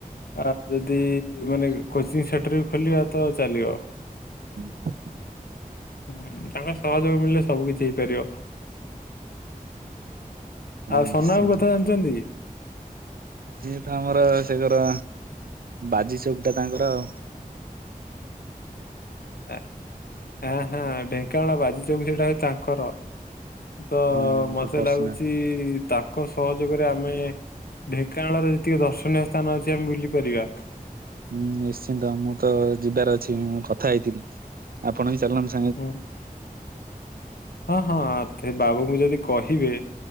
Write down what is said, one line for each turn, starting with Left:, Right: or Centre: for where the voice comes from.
Left: ଆଉ ଯଦି ମାନେ କୋଚିଂ ସେଟର ବି ଖୋଲିବା ତ ଚାଲିବ।
Right: <inaudible>
Left: ହୁଁ ତାଙ୍କର ସହଯୋଗ ମିଳିଲେ ସବୁ କିଛି ହେଇପାରିବ।
Right: ହଁ
Left: ଆଉ ସନାବାବୁ
Right: ନିଶ୍ଚିନ୍ତ।
Left: କଥା ଜାଣିଚନ୍ତି।
Right: ସିଏ ତ ଆମର ସେଗର ବାଜି ଚୌକ ଟା ତାଙ୍କର ଆଉ।
Left: ଆ ହାଁ ହାଁ ଢେଙ୍କାନାଳ ବାଜିଚୌକ ସେଇଟା ହଉଛି ତାଙ୍କର। ତ
Right: ହଁ
Left: ମତେ
Right: ସେ ପର୍ସନାଲ।
Left: ଲାଗୁଚି ତାଙ୍କ ସହଯୋଗରେ ଆମେ ଢେଙ୍କାନାଳରେ ଯେତିକି ଦର୍ଶନୀୟ ସ୍ଥାନ ଅଛି ଆମେ ବୁଲି ପାରିବା।
Right: ହୁଁ ନିଶ୍ଚିନ୍ତ ମୁଁତ ଯିବାର ଅଛି ମୁଁ କଥା ହେଇଥିଲି ଆପଣବି ଚାଲୁନାନ୍ତି
Left: ହୁଁ ହଁ-ହଁ ଥେ ବାବୁଙ୍କୁ ଯଦି କହିବେ